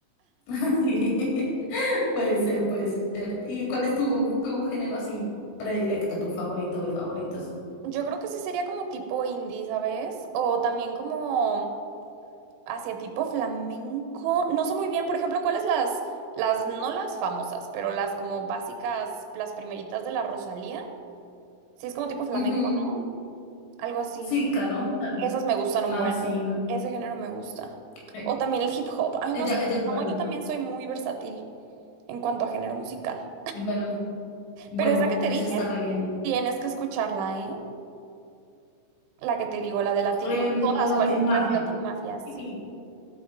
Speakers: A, on the left (about 85°); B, on the right (about 85°).
A: <laughs> Sí, <laughs> puede ser, puede ser. ¿Y cuál es tu, tu género así predilecto, tu favorito de favoritos?
B: Yo creo que sí sería como tipo indie, ¿sabes? O también como hacia tipo flamenco. No sé muy bien, por ejemplo, cuáles las, las, no las famosas, pero las como básicas, las primeritas de la Rosalía. Sí, es como tipo flamenco,
A: Ujú.
B: ¿no? Algo así.
A: Sí, claro, claro.
B: Esas me gustan un
A: Ah,
B: buen.
A: sí, la-
B: Ese género me gusta.
A: eh,
B: O también el hip hop. Ay,
A: ella,
B: no sé.
A: ella es
B: No,
A: buena.
B: yo también soy muy versátil en cuanto a género musical.
A: Bueno, bueno,
B: Pero esa que te
A: eso
B: dije,
A: está re bien.
B: tienes que escucharla, ¿eh? La que te digo, la de Latin.
A: Em,
B: o Todas,
A: la de Latin
B: cualquiera
A: Mafia.
B: de Latin Mafia, sí.
A: Sí,